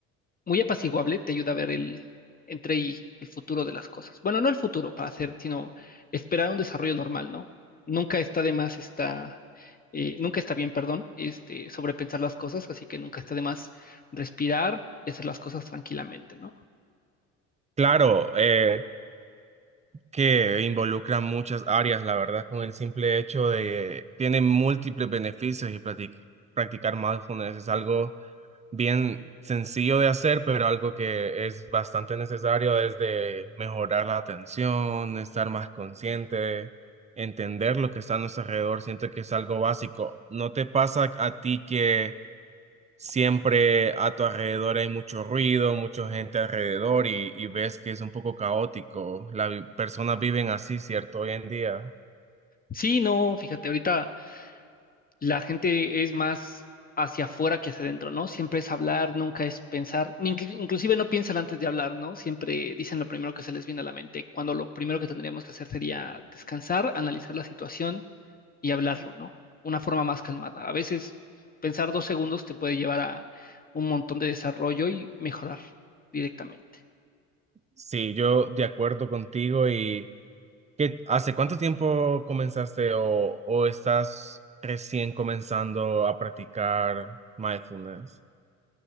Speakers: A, on the left (about 25°); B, on the right (about 20°).
A: muy apaciguable. Te ayuda a ver el entre y el futuro de las cosas. Bueno, no el futuro para hacer, sino esperar un desarrollo normal, ¿no? Nunca está de más, está, eh, nunca está bien, perdón, este, sobrepensar las cosas, así que nunca está de más respirar y hacer las cosas tranquilamente, ¿no?
B: Claro, eh, que involucra muchas áreas, la verdad, con el simple hecho de tiene múltiples beneficios y practic- practicar mindfulness es algo bien sencillo de hacer, pero algo que es bastante necesario es de mejorar la atención, estar más consciente, entender lo que está a nuestro alrededor. Siento que es algo básico. ¿No te pasa a ti que siempre a tu alrededor hay mucho ruido, mucha gente alrededor y, y ves que es un poco caótico? Las personas viven así, ¿cierto? Hoy en día.
A: Sí, no, fíjate, ahorita la gente es más hacia afuera que hacia adentro, ¿no? Siempre es hablar, nunca es pensar, ni que- inclusive no piensan antes de hablar, ¿no? Siempre dicen lo primero que se les viene a la mente, cuando lo primero que tendríamos que hacer sería descansar, analizar la situación y hablarlo, ¿no? Una forma más calmada. A veces pensar dos segundos te puede llevar a un montón de desarrollo y mejorar directamente.
B: Sí, yo de acuerdo contigo y... ¿Qué, hace cuánto tiempo comenzaste o, o estás recién comenzando a practicar mindfulness?